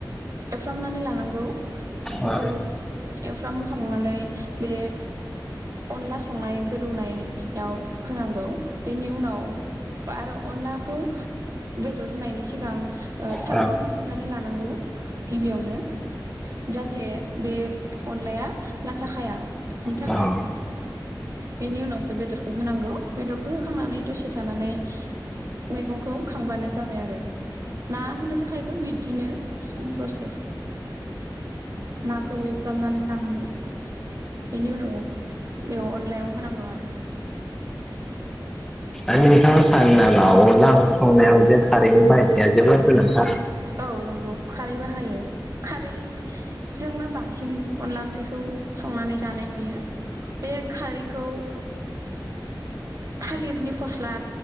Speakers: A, on the right; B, in the centre.
A: एफ्रामनानै लानांगौ बेखौ
B: औ
A: एवफ्राम खांनानै बे अनला संनाय गोदौनायाव होनांगौ बेनि उनाव आरो अनलाखौ बेदर होनायनि सिगां ओ सागंजों
B: दा
A: सोनानै लानांगौ गिबियावनो। जाथे बे अनलाया लाथा खाया। बिनि थाखाय
B: नोंथाङा
A: बेनि उनावसो बेदरखौ होनांगौ। बेदरखौ होखांनानै दसे थानानै मैगंखौ खांबानो जाबाय आरो ना होनो थाखायबो बि दिनो सेम प्रसेस। नाखौ एवफ्रामनानै लानांगौ इनि उनाव बेयाव अनलायाव होनांगौ आरो।
B: आरो नोंथाङा सानो नामा अनला ओंख्रि संनायाव जे खारै बाहायथिया जोबोद गोनांथार?
A: औ नंगौ खारै बाहायो खारैजोंनो बांसिन अनला ओंख्रिखौ संनानै जानाय नुयो। बे खारैखौ थालिरनि फस्ला